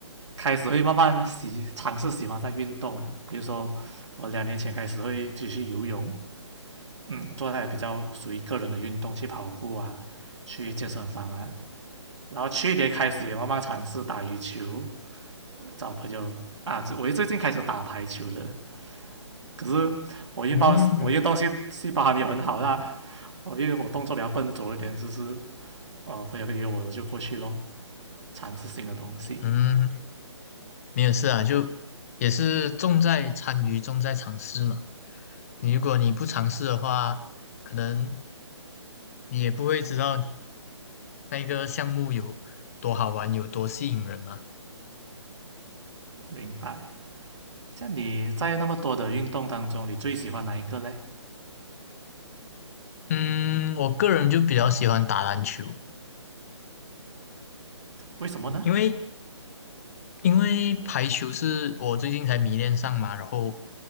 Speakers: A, on the right; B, on the left.
A: 开始会慢慢喜尝试喜欢上运动了。比如说，我两年前开始会继续游泳，嗯，做那些比较属于个人的运动，去跑步啊，去健身房啊。然后去年开始也慢慢尝试打羽球，找朋友啊，这我最近开始打排球了。可是我运报我运动细细胞还没有很好啦，
B: 嗯
A: 我因为我动作比较笨拙一点，就是呃朋友约我我就过去咯，尝试新的东西。
B: 嗯。没有事啊，就也是重在参与，重在尝试嘛。你如果你不尝试的话，可能你也不会知道那个项目有多好玩，有多吸引人嘛。
A: 明白。像你在那么多的运动当中，你最喜欢哪一个嘞？
B: 嗯，我个人就比较喜欢打篮球，
A: 为什么呢？
B: 因为因为排球是我最近才迷恋上嘛，然后